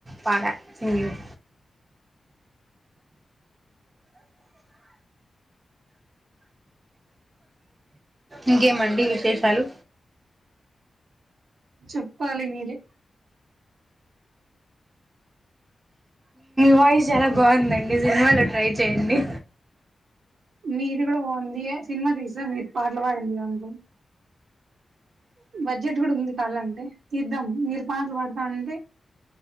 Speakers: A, on the right; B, on the right.
A: పాడ సింగింగ్ ఇంకేమండి విశేషాలు
B: చెప్పాలి మీరే
A: వాయిస్ చాలా బాగుందండి సినిమాలో ట్రై చేయండి
B: మీది కూడా పోంది సినిమా తీసా మీరు పాటలు పాడండి అను బడ్జెట్ కూడా ఉంది కాాల అంటే తీద్దాం మీరు పాటలు పాడతామంటే